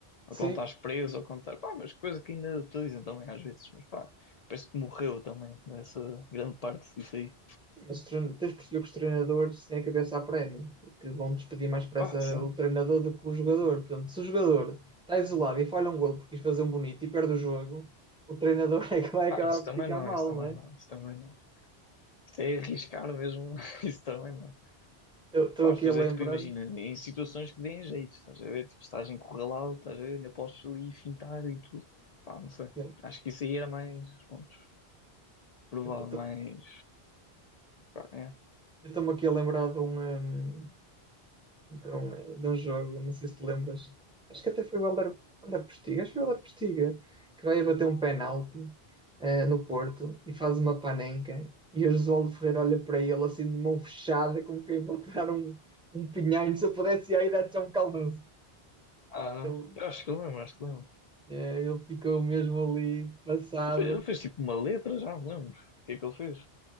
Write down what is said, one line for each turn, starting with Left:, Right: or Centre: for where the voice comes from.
Centre: Sim,
Left: Ou quando estás preso, ou quando estás. Pá, mas coisa que ainda te dizem também às vezes, mas pá, parece que morreu também nessa grande parte disso aí.
Centre: Sim, os trein- tens de perceber que os treinadores têm a cabeça a prémio, porque vão despedir mais pressa
Left: Pá, sim.
Centre: o treinador do que o jogador. Portanto, se o jogador está isolado e falha um golo porque quis fazer um bonito e perde o jogo, o treinador <laughs> é que vai acabar
Left: Ah, isso também
Centre: por ficar
Left: não,
Centre: mal,
Left: isso também
Centre: né?
Left: não, isso também não. Isto é arriscar mesmo, <laughs> isso também não.
Centre: Estou
Left: Pá,
Centre: aqui
Left: estou
Centre: a
Left: a
Centre: lembrar
Left: dizer, tipo, imagina, em situações que deem jeito, estás a ver? Tipo, se estás encurralado, estás a ver? Ainda podes ali fintar e tudo. Pá, não sei.
Centre: Sim.
Left: Acho que isso aí era mais, pronto, provável,
Centre: Eu
Left: mais. Pá, é.
Centre: estou-me aqui a lembrar de um, hum, Então, é, de um jogo, não sei se te lembras. Acho que até foi o Helder, Helder Postiga, acho que foi o Helder Postiga, que vai a bater um penalti eh, no Porto e faz uma panenca. E o Josualdo Ferreira olha para ele assim de mão fechada, como quem vai tirar um, um pinhão. Se eu pudesse ir aí, dar-te já é um caldoso.
Left: Ah,
Centre: Ele,
Left: eu acho que lembro, acho que lembro.
Centre: eh, ele ficou mesmo ali passado.
Left: Ele fez, ele fez, tipo uma letra, já me lembro. O que é que ele fez?